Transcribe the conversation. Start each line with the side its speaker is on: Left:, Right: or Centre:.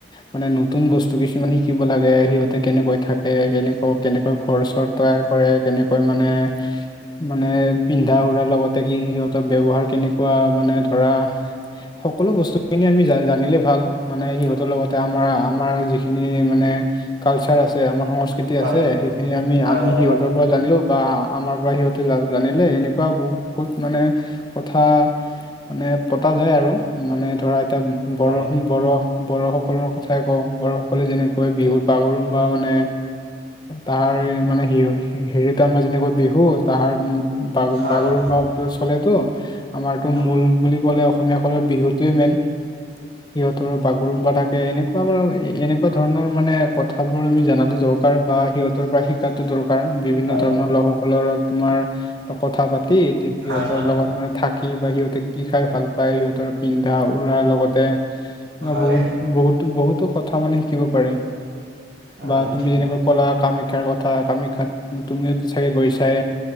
Left: মানে, নতুন বস্তু কিছুমান শিকিব লাগে। সিহঁতে কেনেকৈ থাকে, কেনেকা, কেনেকৈ ঘৰ-চৰ তৈয়াৰ কৰে, কেনেকৈ মানে মানে, পিন্ধা -উৰা লগতে, কি, সিহঁতৰ ব্যৱহাৰ কেনেকুৱা মানে, ধৰা সকলো বস্তুখিনি আমি জানিলেই ভাল। মানে, সিহঁতৰ লগতে, আমাৰ, আমাৰ যিখিনি মানে, কালচাৰ আছে। আমাৰ সংস্কৃতি
Right: হয়
Left: আছে,
Right: হয়
Left: সেইখিনি আমি,
Right: হয়
Left: আমি তই জানিলেওঁ বা, আমাৰ পৰা সিহঁতে জানিলে, এনেকুৱা বহুত মানে কথা মানে, পতা যায় আৰু। মানে, ধৰা এতিয়া,
Right: হয়
Left: বৰষুণ
Right: হয়
Left: বড়ো, বড়োসকলৰ কথাই কওঁ, বড়োসকলে যেনেকৈ, বিহুত বাগৰুম্বা মানে তাৰে মানে সেই হয়, হেৰিতো আমাৰ যেনেকৈ, বিহু। তাৰ বা,
Right: হয়
Left: বাগৰুম্বাটো
Right: উম
Left: চলেতো। আমাৰতো,
Right: ঠিকে কৈছা
Left: মূল বুলি ক'লে, অসমীয়াসকলৰ বিহুটোৱে মেইন। সিহঁতৰ বাগৰুম্বা থাকে, এনেকুৱা বাৰু এনে তেনেকুৱা ধৰণৰ মানে, কথাবোৰ আমি জানাতোঁ দৰকাৰ বা সিহঁতৰ পৰা, শিকাতোঁ দৰকাৰ। বিভিন্ন
Right: হয়
Left: ধৰণৰ লোকসকলৰ তোমাৰ, কথা পাতি, এতিয়া সিহঁতৰ
Right: হয়
Left: লগত মানে, থাকি বা সিহঁতে কি খাই ভাল পায়? সিহঁতৰ পিন্ধা -উৰাৰ লগতে তোমাৰ
Right: হয়
Left: বহুত, বহুত, বহুতো কথা মানে, শিকিব পাৰি।
Right: উম
Left: বা তুমি
Right: ঠিক
Left: যেনেকৈ ক'লা! কামাখ্যাৰ কথা, কামাখ্যাত তুমি চাগে গৈছাই?